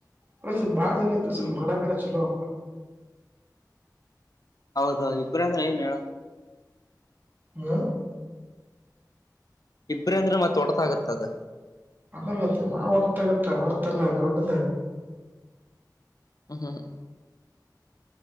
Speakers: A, on the right; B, on the left.
A: ಅವ್ರ ಸ್ವಲ್ ಬಾಳ ಜನ ಅಂದರು ಸ್ವಲ್ಪ
B: ಹ್ಮ್
A: ಮಾಡಕ ಚಲೋಪ್ಪ.
B: ಹೌದೌದು ಇಬ್ರ ಅಂದ್ರೆ ಏನ್ ಹೇಳ.
A: ಹ್ಮ.
B: ಇಬ್ರ ಅಂದ್ರೆ ಮತ್ತೊಡತ ಆಗತ್ತ ಅದ.
A: ಅದಲ್ಲತ್ತ ನಾವ್ ಹೊಡ್ತ ಆಗತ್ತ ಹೊಡ್ತಲ್ಲ ದೊಡ್ಡದೇ.
B: ಹ್ಮ ಹ್ಮ ಹ್ಮ್ಮ.